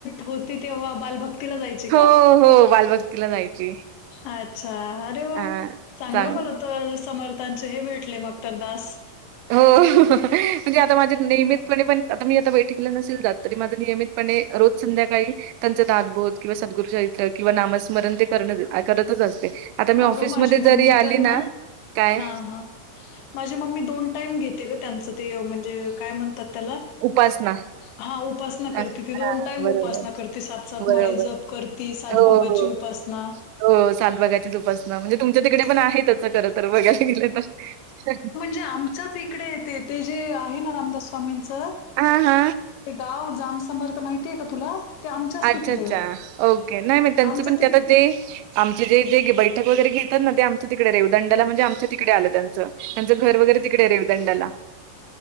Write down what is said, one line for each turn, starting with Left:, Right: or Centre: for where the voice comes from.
Left: होती तेव्हा बालभक्तीला जायचे
Right: हो,
Left: का
Right: हो बालभक्तीला जायची.
Left: अच्छा! अरे वा!
Right: हां.
Left: चांगलं
Right: चांग
Left: बोलतोय समर्थ त्यांचे हे भेटले मग तर दास
Right: हो म्हणजे आता माझ्या नियमितपणे पण आता मी आता बैठकला नसेल जात तरी माझं नियमित पण हे रोज संध्याकाळी, त्यांचं दासबोध किंवा सदगुरु चरीत्र किंवा नामस्मरण ते करणं करत असते. आता मी ऑफिसमध्ये
Left: अगं माझी मम्मी
Right: जरी आली
Left: तर
Right: ना, काय
Left: हां, हां. माझी मम्मी दोन टाईम घेते ग त्यांचं ते म्हणजे काय म्हणतात त्याला
Right: उपासना
Left: हा उपासना करते
Right: अ,
Left: ती
Right: हां
Left: दोन टाईम
Right: बरोबर,
Left: उपासना करते सात, सात
Right: बरोबर.
Left: माळी जप करते. ती सात
Right: हो,
Left: भागाची
Right: हो.
Left: उपासना
Right: हो सांत भागातली उपासना म्हणजे तुमच्या तिकडे पण आहेतच खर तर बघायला गेलं तर
Left: ते आमच्याच इकडे येत ते जे आहे ना रामदास स्वामींचं
Right: हम हा
Left: ते गाव जामसंभरथ माहितीय का तुला? ते आमच्याच
Right: अच्छा!
Left: तिथे.
Right: अच्छा! ओके नाही म त्यांचं
Left: आमच्या
Right: पण
Left: तिथ
Right: ते आता जे आमचे जे जे बैठक वगैरे घेतात ना ते आमच्या तिकडे रेू दंडाला म्हणजे आमच्या तिकडे आलं त्यांचं त्यांचं घर वगैरे तिकडे आहे रेवदंडाला